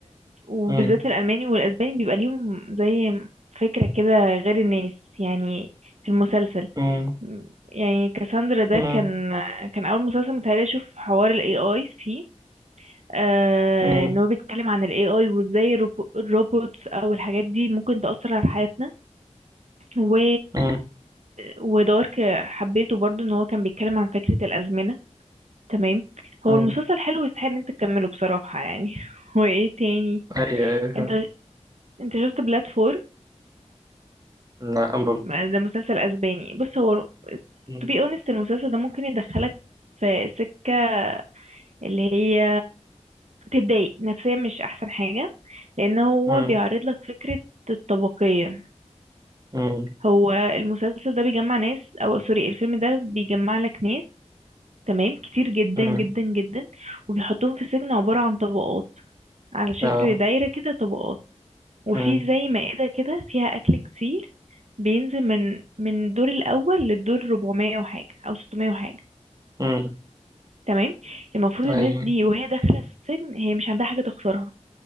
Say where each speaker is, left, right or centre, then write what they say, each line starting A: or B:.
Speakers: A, on the right (about 70°); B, on the right (about 30°).
A: وبالذات
B: مم.
A: الألماني والأسباني بيبقى ليهم زي فكرة كده غير الناس يعني في المسلسل
B: مم.
A: يعني كاساندرا ده
B: مم.
A: كان كان أول مسلسل متهيألي أشوف حوار ال AI فيه آه
B: مم.
A: ان هو بيتكلم عن ال AI وازاي الروبو- الروبوتس او الحاجات دي ممكن تأثر على حياتنا و
B: مم.
A: ودارك حبيته برضو ان هو كان بيتكلم عن فكرة الأزمنة تمام
B: مم.
A: هو المسلسل حلو ويستحق ان انت تكمله بصراحة يعني <laughs> وايه تاني
B: أيوة أيوة
A: انت انت شفت بلاتفورم
B: لا أنا برضه
A: ده مسلسل اسباني بص هو
B: مم.
A: to be honest المسلسل ده ممكن يدخلك في سكة اللي هي تضايق نفسيا مش احسن حاجة لان هو
B: مم.
A: بيعرض لك فكرة الطبقية
B: مم.
A: هو المسلسل ده بيجمع ناس او سوري الفيلم ده بيجمع لك ناس تمام كتير جدا
B: مم.
A: جدا جدا وبيحطهم في سجن عبارة عن طبقات على شكل
B: آه.
A: دايرة كده طبقات وفي
B: مم.
A: زي مائدة كده فيها أكل كتير بينزل من من الدور الأول للدور 400 وحاجة أو 600 وحاجة
B: مم.
A: تمام المفروض
B: أيوة
A: الناس دي وهي داخلة السجن هي مش عندها حاجة تخسرها